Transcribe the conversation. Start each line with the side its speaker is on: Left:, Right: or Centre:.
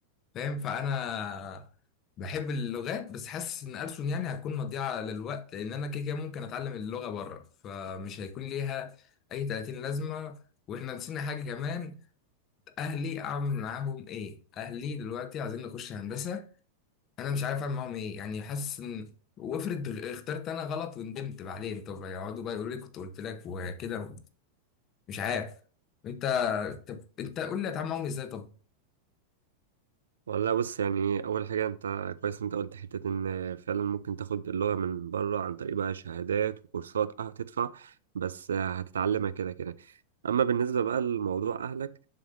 Left: فاهم فانا بحب اللغات بس حاسس ان ألسن يعني هتكون مضيعه للوقت لان انا كده كده ممكن اتعلم اللغه بره فمش هيكون ليها اي 30 لازمه واحنا نسينا حاجه كمان اهلي اعمل معاهم ايه اهلي دلوقتي عايزين نخش هندسه انا مش عارف اعمل معاهم ايه يعني حاسس ان وافرض غ- اخترت انا غلط وندمت بعدين طب يقعدوا بقى يقولوا لي كنت قلت لك وكده مش عارف انت طب انت قول لي هتعامل معاهم ازاي طب
Right: والله بص يعني اول حاجة انت كويس إن انت قلت حتة ان فعلا ممكن تاخد اللغة من بره عن طريق بقى شهادات وكورسات اه هتدفع بس آه، هتتعلمها كده كده اما بالنسبة بقى لموضوع اهلك